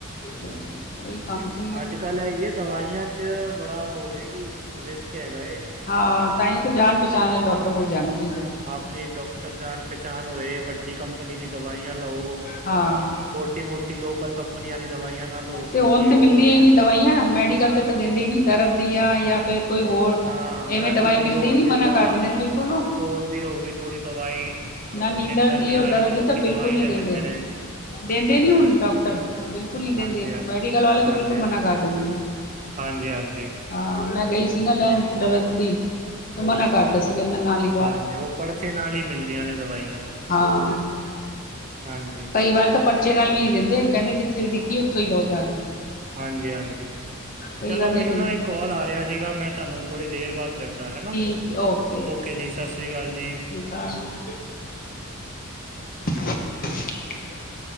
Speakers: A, on the left; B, on the right.
A: ਹਮ ਕੰਪ
B: ਅੱਜਕੱਲ ਹੈ ਹੀ ਹੈ ਦਵਾਈਆਂ 'ਚ ਬੜਾ ਹੋਵੇ ਕਿ ਰਿਸਕ ਹੈਗਾ ਏ।
A: ਹਾਂ ਤਾਂ ਹੀ ਤਾਂ ਜਾਣ ਪਚਾਣ ਵਾਲ ਡਾਕਟਰ ਕੋਲ ਜਾਣਾ ਚਾਹੀਦਾ।
B: ਪ੍ਰੇਮ ਡਾਕਟਰ ਜਾਣ ਪਹਿਚਾਣ ਹੋਏ ਵੱਡੀ ਕੰਪਨੀ ਦੀ ਦਵਾਈਆਂ ਲਓ।
A: ਹਾਂ
B: ਛੋਟੀ-ਮੋਟੀ ਲੋਕਲ ਕੰ ਕੰਪਨੀਆਂ ਦੀ ਦਵਾਈਆਂ ਨਾ ਲਓ।
A: ਤੇ
B: ਕਿਉਂਕਿ
A: ਹੁਣ ਤੇ
B: ਉਹ
A: ਮਿਲਦੀਆਂ
B: ਉਹਦੀ
A: ਹੀ ਨਹੀਂ ਦਵਾਈਆਂ ਮੈਡੀਕਲ ਤੇ ਤਾਂ ਦਿੰਦੇ ਹੀ ਨਹੀਂ ਦਰਦ ਦੀ ਆ ਜਾਂ ਫਿਰ ਕੋਈ ਹੋਰ।
B: ਹਾਂ
A: ਇਵੇਂ
B: ਦਰਦ
A: ਦਵਾਈ
B: ਦੀ
A: ਮਿਲਦੀ
B: ਹੋਰ
A: ਨੀ ਮਨਾ
B: ਜਿੱਦਾਂ
A: ਕਰ ਦਿੰਦੇ ਨੇ ਬਿਲਕੁਲ ਉਹ।
B: ਸੋਨ ਦੀ ਹੋ ਗਈ ਥੋੜ੍ਹੀ ਦਵਾਈ
A: ਨਾ ਨੀਂਦਰ
B: ਨਿੰਦਰ
A: ਦੀ
B: ਨੀ ਆ
A: ਉਹ ਦਰਦ
B: ਰਹੀ ਤੇ ਲੋਕੀ
A: ਦੀ ਤਾਂ ਬਿਲਕੁਲ
B: ਦਵਾਈ
A: ਨਹੀਂ
B: ਲੈ
A: ਦਿੰਦੇ।
B: ਲੈਂਦੇ ਨੇ
A: ਦਿੰਦੇ
B: ਹਾਂਜੀ
A: ਨੀ ਹੁਣ
B: ਹਾਂਜੀ
A: ਡਾਕਟਰ ਬਿਲਕੁਲ ਨੀ ਦਿੰਦੇ।
B: ਹਾਂਜੀ ਹਾਂਜੀ
A: ਮੈਡੀਕਲ ਵਾਲੇ ਤਾਂ
B: ਹਾਂਜੀ
A: ਬਿਲਕੁਲ ਮਨਾ ਕਰ ਦਿੰਦੇ ਨੇ।
B: ਹਾਂਜੀ ਹਾਂਜੀ
A: ਆ ਮੈਂ ਗਈ ਸੀ ਨਾ ਲੈਣ ਦਰਦ ਦੀ, ਤੇ ਮਨਾ ਕਰਦਾ ਸੀ ਕਹਿੰਦਾ ਨਾਲ ਹੀ।
B: ਹਾਂਜੀ ਉਹ ਪਰਚੇ ਨਾਲ ਹੀ ਮਿਲਦੀਆਂ ਨੇ ਦਵਾਈਆਂ।
A: ਹਾਂ
B: ਹਾਂਜੀ
A: ਕਈ ਵਾਰ ਤਾਂ ਪਰਚੇ ਨਾਲ ਵੀ ਨੀ ਦਿੰਦੇ ਕਹਿੰਦੇ ਜਿੱਥੇ ਵੀ ਲਿਖੀ ਏ ਉੱਥੋਂ ਹੀ ਲਓ ਜਾ ਕੇ।
B: ਹਾਂਜੀ-ਹਾਂਜੀ
A: ਕਈ
B: ਚਲੋ
A: ਵਾਰ ਨਹੀਂ
B: ਮੈਨੂੰ
A: ਦਿੰਦੇ
B: ਨਾ ਇੱਕ ਕਾਲ ਆ ਰਿਹਾ ਸੀਗਾ ਮੈਂ ਤੁਹਾਨੂੰ ਥੋੜ੍ਹੀ ਦੇਰ ਬਾਅਦ ਕਰਦਾ ਹਨਾ।
A: ਠੀਕ ਏ ਓਕੇ।
B: ਓਕੇ ਜੀ ਸਤਿ ਸ੍ਰੀ ਅਕਾਲ ਜੀ।
A: <unintelligible> <unintelligible>